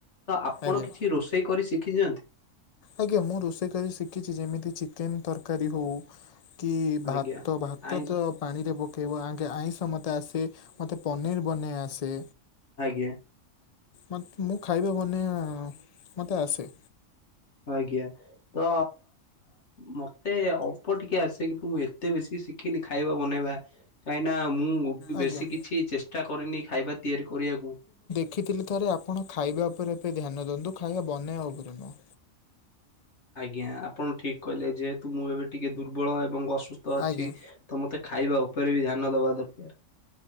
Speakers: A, on the left; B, on the left.
A: ତ ଆପଣ
B: ଆଜ୍ଞା
A: କିଛି ରୋଷେଇ କରି ଶିଖିଚନ୍ତି।
B: ଆଜ୍ଞା ମୁଁ ରୋଷେଇ କରି ଶିଖିଛି ଯେମିତି ଚିକେନ ତରକାରୀ ହଉ। କି ଭାତ
A: ଆଜ୍ଞା
B: ଭାତ
A: ଆଇଁଷ
B: ତ ପାଣି ରେ ପକେଇବ ଆଙ୍କେ ଆଇଁଷ ମତେ ଆସେ ମତେ ପନିରି ବନେଇ ଆସେ।
A: ଆଜ୍ଞା।
B: ମତେ ମୁଁ ଖାଇବା ବନେଆ ମତେ ଆସେ।
A: ଆଜ୍ଞା ତ ମତେ ଅଳ୍ପ ଟିକେ ଆସେ କିନ୍ତୁ ମୁଁ ଏତେ ବେଶୀ ଶିଖି ଖିନି ଖାଇବା ବନେଇବା। କାହିଁନା ମୁଁ
B: ଆଜ୍ଞା
A: ବେଶୀ କିଛି ଚେଷ୍ଟା କରିନି ଖାଇବା ତିଆରି କରିବାକୁ।
B: ରଖିଥିଲି ଥରେ ଆପଣ ଖାଇବା ଉପରେ ଏବେ ଧ୍ୟାନ ଦିଅନ୍ତୁ ଖାଇବା ବନେଇବା ଉପରେ ନୁହଁ।
A: ଆଜ୍ଞା ଆପଣ ଠିକ୍ କହିଲେ ଯେହେତୁ ମୁଁ ଏବେ ଟିକିଏ ଦୁର୍ବଳ ଏବଂ ଅସୁ ତ ଅଛି
B: ଆଜ୍ଞା
A: ତ ମତେ ଖାଇବା ଉପରେ ବି ଧ୍ୟାନ ଦବା ଦରକାର।